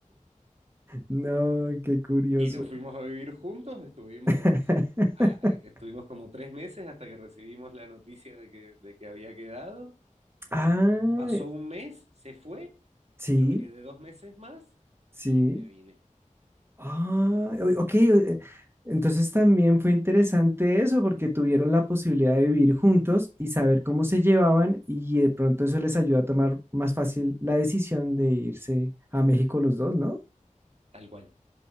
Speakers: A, on the right; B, on the right.
A: No, qué curioso.
B: Y nos fuimos a vivir juntos, estuvimos,
A: <laughs>
B: a- eh, estuvimos como tres meses hasta que recibimos la noticia de que, de que había quedado.
A: Ah,
B: Pasó un mes, se fue,
A: sí,
B: yo me quedé dos meses más
A: sí.
B: y me vine.
A: Ah, o- ok. o- eh, Entonces también fue interesante eso porque tuvieron la posibilidad de vivir juntos y saber cómo se llevaban y de pronto eso les ayuda a tomar más fácil la decisión de irse a México los dos, ¿no?
B: Tal cual,